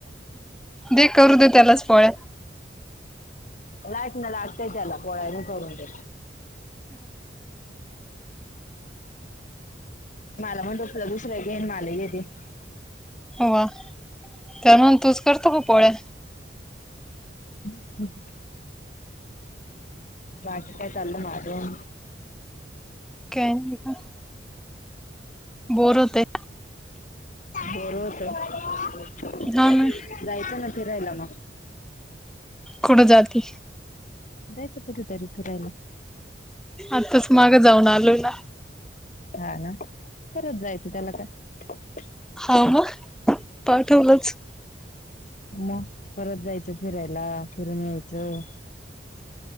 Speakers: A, in the centre; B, on the left.
A: दे करू दे त्यालाच पोळ्या.
B: <unintelligible> मला आत्ताच आला. पोळ्या बी करून दे. मला पण दुसऱ्या दिवशी <unintelligible>
A: हं. त्याला म्हण तूच करतो का पोळ्या?
B: ह हम बाकी काय चाललं मग अजून.
A: <unintelligible> का? बोर होतंय.
B: बोर होतंय.
A: जा ना.
B: जायचं ना फिरायला मग?
A: कुठं जाती?
B: जायचं कुठेतरी फिरायला.
A: आत्ताच माग जाऊन आलोय ना.
B: हां. ना? परत जायचं त्याला काय?
A: हां. मग? पाठवलंच.
B: म परत जायचं फिरायला. फिरून यायचं.